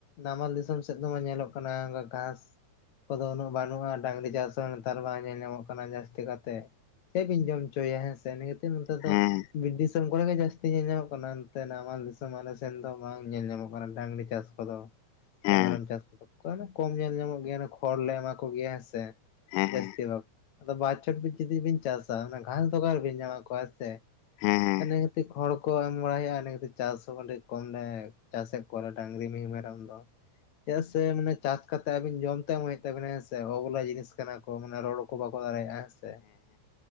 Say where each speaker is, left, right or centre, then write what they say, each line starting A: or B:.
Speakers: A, on the left; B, on the left.
A: ᱱᱟᱢᱟᱞ ᱫᱤᱥᱚᱢ ᱥᱮᱫ ᱫᱚᱢᱮ ᱧᱮᱞᱚᱜ ᱠᱟᱱᱟ ᱜᱷᱟᱸᱥ ᱠᱚᱫᱚ ᱩᱱᱟᱹᱜ ᱵᱟᱹᱱᱩᱜ-ᱟ ᱰᱟᱝᱨᱤ ᱪᱟᱥ ᱦᱚᱸ ᱱᱮᱛᱟᱨ ᱵᱟᱝ ᱧᱮᱞ ᱧᱟᱢᱚᱜ ᱠᱟᱱᱟ ᱡᱟᱹᱥᱛᱤ ᱠᱟ ᱪᱮᱫ ᱵᱤᱱᱡᱚᱢ ᱦᱚᱪᱚᱮᱭᱟ ᱦᱮᱸ ᱥᱮ ᱤᱱᱟᱹ ᱠᱷᱟᱹᱛᱤᱨ ᱱᱮᱛᱟᱨ ᱫᱚ
B: ᱦᱮᱸ
A: ᱵᱤᱨ <inaudible> ᱫᱤᱥᱚᱢ ᱠᱚᱨᱮ ᱜᱮ ᱡᱟᱹᱥᱛᱤ ᱧᱮᱞ ᱧᱟᱢᱚᱜ ᱠᱟᱱᱟ ᱚᱱᱛᱮ ᱱᱟᱢᱟᱞ ᱫᱤᱥᱚᱢ ᱟᱞᱮ ᱥᱮᱱ ᱫᱚ ᱵᱟᱝ ᱧᱮᱞ ᱧᱟᱢᱚᱜ ᱠᱟᱱᱟ ᱰᱟᱝᱨᱤ ᱪᱟᱥ ᱠᱚᱫᱚ
B: ᱦᱮᱸ
A: ᱥᱮ ᱢᱮᱨᱚᱢ ᱪᱟᱥ ᱠᱚᱢ ᱧᱮᱞ ᱧᱟᱢᱚᱜ ᱜᱮᱭᱟ ᱠᱷᱚᱲ ᱞᱮ ᱮᱢᱟ ᱠᱚᱜᱮᱭᱟ ᱦᱮᱸ ᱥᱮ
B: ᱦᱮᱸ ᱦᱮᱸ
A: ᱡᱟᱹᱥᱛᱤ ᱵᱷᱟᱜᱽ ᱟᱫᱚ ᱵᱟᱨ ᱪᱷᱚᱴ ᱡᱩᱫᱤ ᱵᱤᱱ ᱪᱟᱥᱟ ᱚᱱᱟ ᱜᱷᱟᱸᱥ ᱫᱚ ᱚᱠᱟ ᱨᱮᱵᱤᱱ ᱧᱟᱢᱟ ᱠᱚᱣᱟ ᱦᱮᱸ ᱥᱮ
B: ᱦᱮᱸ
A: ᱚᱱᱟ ᱤᱭᱟᱹ ᱛᱮ ᱠᱷᱚᱲ ᱠᱚ ᱮᱢ ᱵᱟᱲᱟᱭ ᱦᱳᱭᱳᱜ-ᱟ ᱤᱱᱟᱹ ᱠᱷᱟᱛᱤᱨ ᱪᱟᱥ ᱦᱚᱸ ᱟᱹᱰᱤ ᱠᱚᱢ ᱞᱮ ᱪᱟᱥᱮᱫ ᱠᱚᱣᱟ ᱰᱟᱝᱨᱤ ᱢᱤᱦᱩ ᱢᱮᱨᱚᱢ ᱠᱚ ᱪᱮᱫᱟᱜ ᱥᱮ ᱢᱟᱱᱮ ᱪᱟᱥ ᱠᱟᱛᱮ ᱟᱵᱤᱱ ᱡᱚᱢ ᱛᱚ ᱮᱢᱟᱭ ᱛᱟᱵᱤᱱᱟ ᱦᱮᱸᱥᱮ ᱚᱵᱚᱞᱟ ᱡᱤᱱᱤᱥ ᱠᱟᱱᱟ ᱠᱚ ᱢᱟᱱᱮ ᱨᱚᱲ ᱠᱚ ᱵᱟᱠᱚ ᱫᱟᱲᱮᱭᱟᱜ-ᱟ ᱦᱮᱸ ᱥᱮ